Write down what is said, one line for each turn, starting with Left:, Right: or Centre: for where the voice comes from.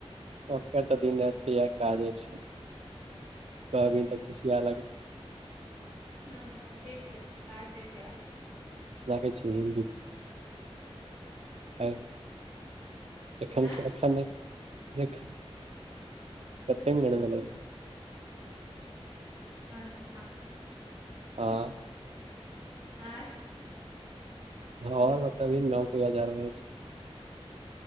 Right: ओकर तऽ दिन रति एहै काजे छै कहभी
Centre: हँ
Right: तऽ खिसीया लगतौ
Centre: अच्छा ठीक छै राखै छी आब
Right: राखै
Centre: हँ
Right: छी हिन्दू ह एखन
Centre: हँ
Right: के एखन नै रैख कते मिनट भेलै
Centre: अच्छा
Right: हँ
Centre: आँ
Right: हँ और बतबियौ ने गाँव के याद आबि रहल छै